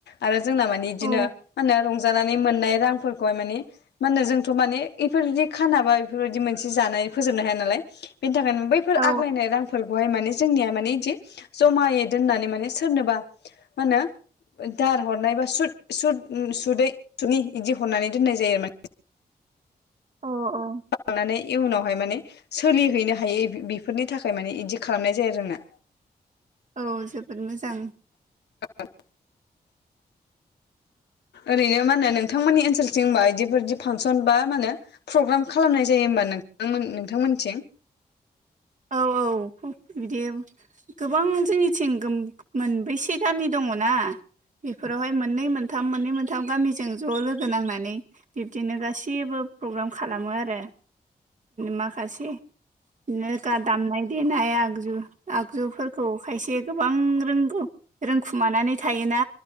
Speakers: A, on the left (about 90°); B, on the right (about 50°).
A: आरो जोंना माने इदिनो
B: औ
A: मा होनो जानानै मोननाय रांफोरखौहाय माने मा होनो जोंथ' माने इफोरबायदि खाना बा इफोरबायदि मोनसे जानानै फोजोबनो हाया नालाय बिनि थाखायनो बैफोर
B: औ
A: आग्लायनाय रांफोरखौहाय माने जोंनिया माने बिदि जमायै दोननानै माने सोरनोबा मा होनो दार हरनाय बा सुद सुद सुदै सुदनि इदि हरनानै दोननाय जायो आरोना
B: अ-अ
A: लानानै इयुनावहाय माने सोलिहैनो हायो बेफोरनि थाखाय माने बिदि खालामनाय जायो आरो जोंना
B: औ जोबोद मोजां
A: <inaudible> ओरैनो मा होनो नोंथांमोननि ओनसोलथिंबा बिदिफोर बिदि फांसन बा मा होनो प्रग्राम खालामनाय जायो होमबा नोंथां नोंथांमोननिथिं
B: औ-औ बिदि गोबां जोंनिथिं मोनबैसे गामि दङना बेफोरावहाय मोननै मोनथाम मोननै मोनथाम गामिजों ज' लोगो नांनानै बिब्दिनो गासैबो प्रग्राम खालामो आरो माखासे बिनो गान दामनाय देनाय आगजु आगजुफोरखौ खायसे गोबां रोंगौ रोंखुमानानै थायोना